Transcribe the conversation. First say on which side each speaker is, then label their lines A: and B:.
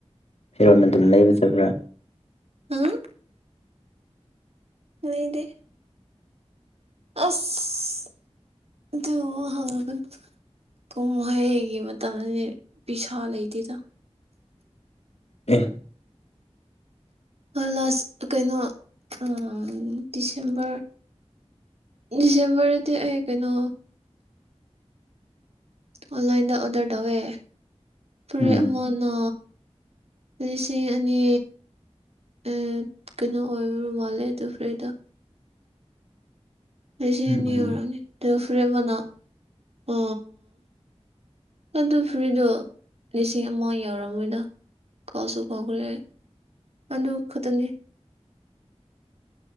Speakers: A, on the left; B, on the right.
A: ꯐꯤꯔꯣꯟ ꯑꯗꯨꯝ ꯂꯩꯕ ꯆꯠꯄ꯭ꯔꯥ
B: ꯍꯝ ꯂꯩꯗꯦ ꯑꯁ ꯑꯗꯨꯝꯕ ꯍꯪꯉꯛ ꯀꯅꯨ ꯀꯨꯝꯍꯩꯒꯤ ꯃꯇꯝꯗꯤ ꯄꯤꯁꯥ ꯂꯩꯇꯦꯗ
A: ꯑꯦ
B: ꯑ ꯂꯥꯁ ꯀꯩꯅꯣ ꯑ ꯗꯤꯁꯦꯝꯕꯔ ꯗꯤꯁꯦꯝꯕꯔꯗꯗꯤ ꯑꯩ ꯀꯩꯅꯣ ꯑꯣꯟꯂꯥꯏꯟꯗ ꯑꯣꯗꯔ ꯇꯧꯋꯦ ꯐꯨꯔꯤꯠ
A: ꯎꯝ
B: ꯑꯃꯅ ꯂꯤꯁꯤꯡ ꯑꯅꯤ ꯑ ꯀꯩꯅꯣ ꯑꯣꯏꯔ ꯃꯥꯜꯂꯦ ꯑꯗꯨ ꯐꯨꯔꯤꯠꯇꯣ ꯂꯤꯁꯤꯡ
A: ꯎꯝ
B: ꯑꯅꯤ ꯑꯣꯢꯔꯝꯅꯤ ꯑꯗꯨꯒ ꯐꯨꯔꯤꯠ ꯑꯃꯅ ꯑ ꯑꯗꯨ ꯐꯨꯔꯤꯠꯗꯣ ꯂꯤꯁꯤꯡ ꯑꯃ ꯌꯧꯔꯝꯃꯣꯏꯗ ꯀꯥꯎꯁꯨ ꯀꯥꯎꯈ꯭ꯔꯦ ꯑꯗꯨ ꯈꯇꯅꯤ